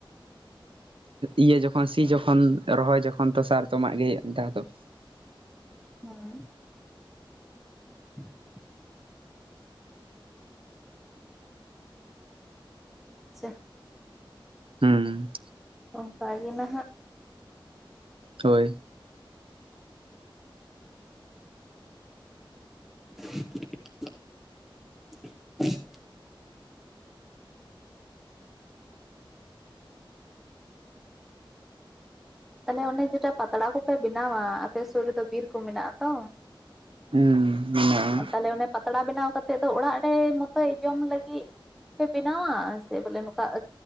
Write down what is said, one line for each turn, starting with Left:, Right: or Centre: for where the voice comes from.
Right: ᱤᱭᱟᱹ ᱡᱚᱠᱷᱚᱱ ᱥᱤ ᱡᱚᱠᱷᱚᱱ ᱨᱚᱦᱚᱭ ᱡᱚᱠᱷᱚᱱ ᱛᱚ ᱥᱟᱨ ᱛᱚ ᱮᱢᱟᱜ ᱜᱮ ᱦᱩᱭᱩᱜ ᱢᱤᱫᱫᱷᱟᱣ ᱫᱚ ᱾
Centre: ᱦᱮᱸ <inaudible> ᱟᱪᱪᱷᱟ᱾
Right: ᱦᱩᱸ
Centre: ᱚᱱᱠᱟ ᱜᱮ ᱱᱟᱦᱟᱸᱜ᱾
Right: ᱦᱳᱭ
Centre: <unintelligible> ᱛᱟᱦᱚᱞᱮ ᱚᱱᱮ ᱡᱮᱴᱟ ᱯᱟᱛᱲᱟ ᱠᱚᱯᱮ ᱵᱮᱱᱟᱣᱟ ᱟᱯᱮ ᱥᱩᱨ ᱨᱮᱫᱚ ᱵᱤᱨ ᱠᱚ ᱢᱮᱱᱟᱜ-ᱟ ᱛᱚ᱾
Right: ᱦᱩᱸ ᱢᱮᱱᱟᱜᱼᱟ
Centre: ᱟᱨ ᱛᱟᱦᱟᱞᱮ ᱚᱱᱮ ᱯᱟ ᱯᱟᱛᱲᱟ ᱵᱮᱱᱟᱣ ᱠᱟᱛᱮ ᱫᱚ ᱚᱲᱟᱜ ᱨᱮ ᱢᱚᱛᱚᱡ ᱡᱚᱢ ᱞᱟᱹᱜᱤᱫ ᱯᱮ ᱵᱮᱱᱟᱣᱟ ᱥᱮ ᱵᱚᱞᱮ ᱱᱚᱝᱠᱟ ᱟᱹ